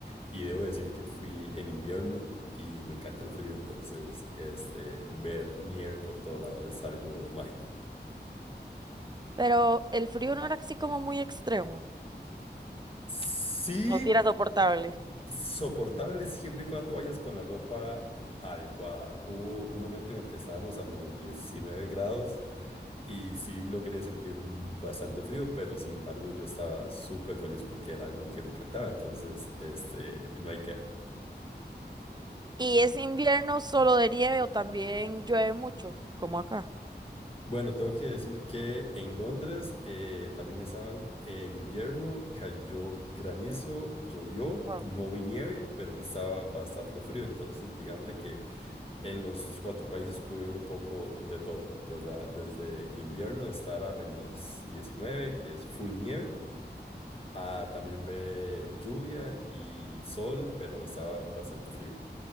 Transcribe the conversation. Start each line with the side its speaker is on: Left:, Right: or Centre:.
Left: Y debo decir que fui en invierno y me encanta el frío, entonces este, ver nieve por todo lado es algo mágico.
Right: Pero el frío no era así como muy extremo.
Left: Sí,
Right: O si era soportable.
Left: soportable siempre y cuando vayas con la ropa adecuada. Hubo un momento en el que estábamos a menos 19 grados y sí logré sentir bastante frío, pero sin embargo yo estaba súper feliz porque era algo que me encantaba, entonces este, no hay queja.
Right: ¿Y es invierno solo de nieve o también llueve mucho, como acá?
Left: Bueno, tengo que decir que en Londres eh, también estaban en invierno, cayó granizo, llovió,
Right: Wow.
Left: no vi nieve, pero sí estaba bastante frío, entonces digámosle que En los cuatro países pude ver un poco de todo, ¿verdad? Desde invierno, estar a menos 19, que es full nieve, a también ver lluvia y sol, pero estaba bastante frío.